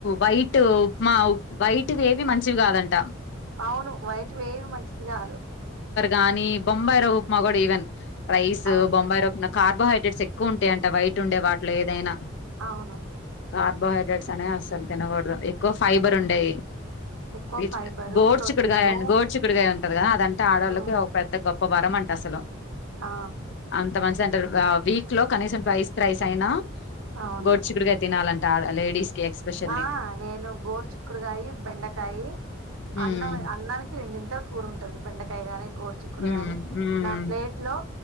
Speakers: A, on the left; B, on the right.
A: వైట్ ఉప్మా వైట్ వి ఏవి మంచివి కాదంట
B: అవును, వైట్ వేవి మంచిది కాదు.
A: గాని బొంబాయి రవ్వ ఉప్మా గుడ ఈవెన్ జ్
B: అవును
A: బొంబాయి రవ్ నాక్ కార్బోహై డెస్ ఎక్కువ ఉంటయంట వైట్ ఉండె వాటి ట్లేదైనా
B: అవును
A: కార్బోహైడ్రేట్స్ అనేయి అస్సలు తినగూడదు, ఎక్కువ ఫైబర్ ఉండేయి.
B: ఎక్కువ
A: పీచు
B: ఫైబరు
A: గ గోడ్
B: ప్రోటీను
A: చిక్కుడుగాయ గోడ్ చిక్కుడుగాయ. కదగా దంత ఆడోళ్ళకె
B: ఉమ్
A: ఒ పెద్ద గొప్ ఒ వరమంట అసలు.
B: ఆ
A: అంత మంచిదంటరు, వీక్ లో కనీసం ట్వైస్, తైస్ అయినా
B: అవును
A: గోడ్ చిక్కుడ్గాయ్ తినాలం టాడ లేడీస్ కి ఎక్స్పెషల్లీ
B: ఆ నేను గోరు చిక్కుడుకాయి, బెండకాయి
A: హ్మ్
B: అన్నమె అన్నానికి రెండ్ డింతలు కూరుంటది బెండకాయ గాని గోర్ చిక్కుడు
A: హ్మ్
B: గాని,
A: హ్మ్
B: నా ప్లేట్ లో